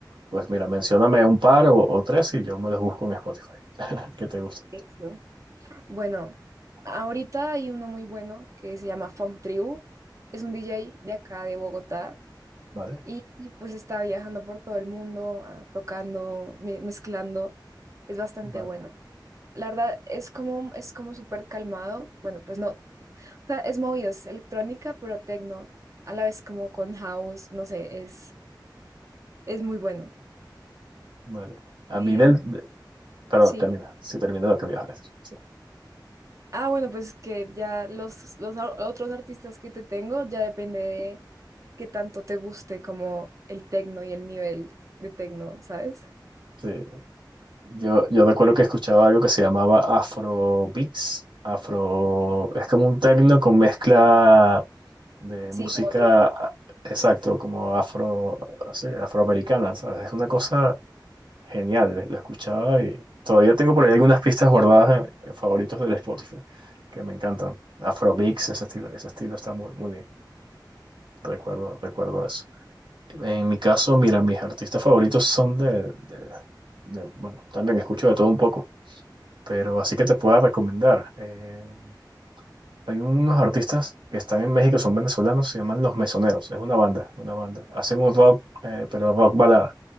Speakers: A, on the right; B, on the right.
A: Pues mira, mencióname un par o, o tres y yo me los busco en Spotify. <laughs> Que te guste.
B: Eso. Bueno, ahorita hay uno muy bueno que se llama Funk Tribu. Es un DJ de acá, de Bogotá.
A: Vale,
B: Y, y, pues estaba viajando por todo el mundo, ah, tocando, me- mezclando. Es bastante
A: vale,
B: bueno. La verdad es como, es como súper calmado. Bueno, pues no, o sea, es movido, es electrónica, pero techno. A la vez como con house, no sé, es, es muy bueno.
A: vale. A
B: Em,
A: mí del... de- Perdón,
B: sí.
A: termina. Sí, termina lo que me ibas a decir. Sí.
B: Ah, bueno, pues que ya los, los a- otros artistas que te tengo ya depende de qué tanto te guste como el techno y el nivel de techno, ¿sabes?
A: Sí. Yo, yo recuerdo que escuchaba algo que se llamaba Afro Beats. Afro... Es como un techno con mezcla de
B: Sí,
A: música...
B: como otro.
A: Exacto, como afro, sí, afroamericana, ¿sabes? Es una cosa Genial, la escuchaba y todavía tengo por ahí algunas pistas guardadas en, en favoritos del Spotify que me encantan. Afrobeats, ese estilo, ese estilo está muy, muy bien. Recuerdo, recuerdo eso. En mi caso, mira, mis artistas favoritos son de, de- de- bueno, también escucho de todo un poco, pero así que te puedo recomendar. eh, hay unos artistas que están en México, son venezolanos, se llaman Los Mesoneros. Es una banda, una banda. Hacen un rock, eh, pero rock balada. O